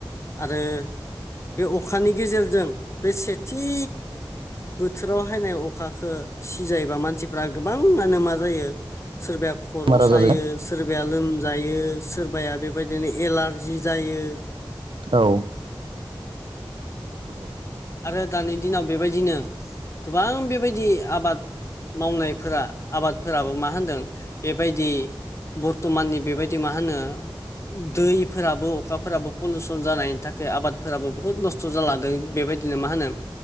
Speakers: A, on the left; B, on the right.
A: आरो बे अखानि गेजेरजों बे सेथि बोथोराव अखाखौ सिजायोबा मानसिफ्रा गोबां मानो मा जायो सोरबाया खर'
B: बेमार आजार
A: सायो सोरबाया लोमजायो सोरबाया बेबायदिनो एलारजि जायो।
B: औ नंगौ
A: आरो दानि दिनाव बेबायदिनो गोबां बेबायदि आबाद मावनायफोरा आबादफोराबो मावनाय होनदों बेबायदि बर्थ'माननि बेबायदि मा होनो दैफोराबो अखाफोराबो पलिुसन जानायनि थाखाय आबादफोराबो बुहुत नस्थ' जाालदों बेबायदि बिदिनो मा होनो